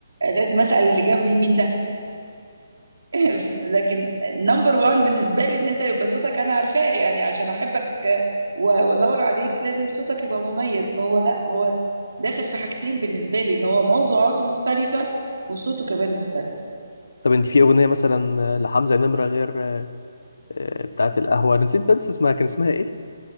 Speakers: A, on the right; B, on the left.
A: لازم اسال اللي جنبي مين <laughs> لكن نمبر وان بالنسبة لي ان انت يبقى صوتك انا عارفاه يعني عشان احبك و- وادور عليك لازم صوتك يبقى مميز فهو لا هو داخل في حاجتين بالنسبة لي ان هو موضوعاته مختلفة وصوته كمان مختلف
B: طب انت في اغنيه مثلا لحمزه نمره غير آه، بتاعت القهوة أنا نسيت بنسى اسمها كان اسمها إيه؟